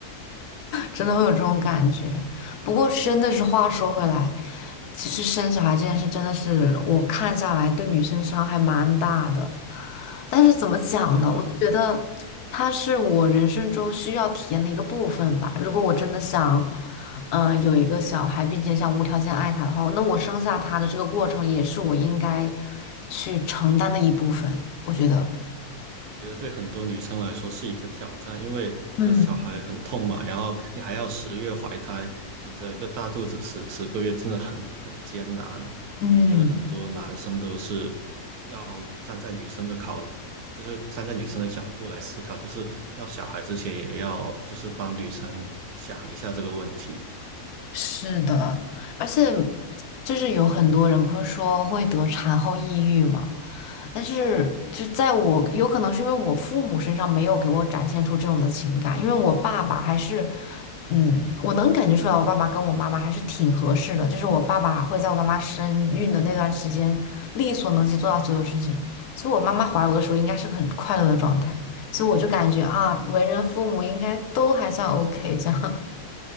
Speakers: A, on the left; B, on the right.
A: 真的会有这种感觉。不过真的是话说回来，其实生小孩这件事真的是我看下来对女生伤害蛮大的。但是怎么讲呢？
B: 对呀。
A: 我就觉得它是我人生中需要体验的一个部分吧。如果我真的想，嗯、呃，有一个小孩，并且想无条件爱他的话，那我生下他的这个过程也是我应该去承担的一部分。我觉得，
B: 我觉得对很多女生来说是一个挑战，因为生小孩很痛嘛，
A: 嗯
B: 然后你还要十月怀胎，顶着一个大肚子十十个月，真的很很艰难。
A: 嗯。
B: 我觉得很多男生都是要站在女生的考，就是站在女生的角度来思考，就是要小孩之前也要就是帮女生想一下这个问题，
A: 是的，而且就是有很多人不是说会得产后抑郁嘛，但是就在我有可能是因为我父母身上没有给我展现出这种的情感，因为我爸爸还是，嗯，我能感觉出来我爸爸跟我妈妈还是挺合适的，就是我爸爸会在我妈妈身孕的那段时间力所能及做到所有事情，所以我妈妈怀我的时候应该是个很快乐的状态，所以我就感觉啊，为人父母应该都还算 OK 这样，